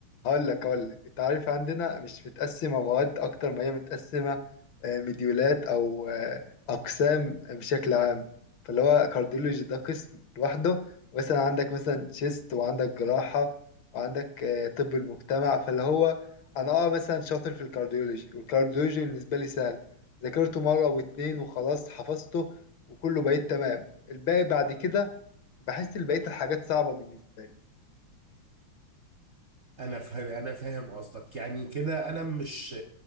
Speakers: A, on the left; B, on the right.
A: هقول لك هقول لك انت عارف عندنا مش متقسمه مواد اكتر ما هي متقسمه آه، مديولات او آه، اقسام بشكل عام فاللي هو كارديولوجي ده قسم لوحده مثلا عندك مثلا شيست وعندك جراحه وعندك آه، طب المجتمع فاللي هو انا اه مثلا شاطر في الكارديولوجي والكارديولوجي بالنسبه لي سهل ذاكرته مره واتنين وخلاص حفظته وكله بقيت تمام الباقي بعد كده بحس بقيه الحاجات صعبه بالنسبه لي
B: انا فاهم انا فاهم قصدك يعني كده انا مش